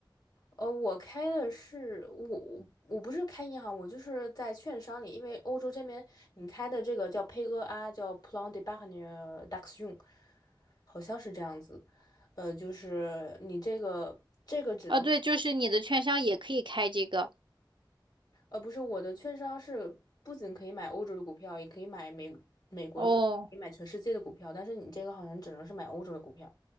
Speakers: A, on the left; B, on the right.
A: 呃，我开的是我我不是开银行，我就是在券商里，因为欧洲这边你开的这个叫 PayEA，叫 Plan d'Épargne d'Action，好像是这样子。呃，就是你这个这个只能，
B: 啊，对，就是你的券商也可以开这个。
A: 呃，不是我的券商是不仅可以买欧洲的股票，也可以买美美国的股票可以买全世界的股票，
B: 哦
A: 但是你这个好像只能是买欧洲的股票。